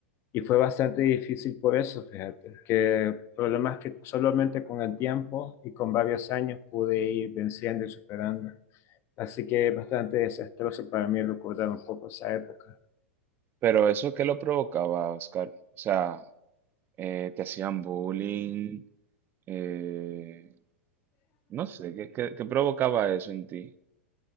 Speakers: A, on the left; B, on the right.
A: Y fue bastante difícil por eso, fíjate, que problemas que solamente con el tiempo y con varios años pude ir venciendo y superando. Así que es bastante desastroso para mí recordar un poco esa época.
B: Pero eso, ¿qué lo provocaba, Oscar? O sea, eh, ¿te hacían bullying? Eh, No sé, ¿qué, qué- qué provocaba eso en ti?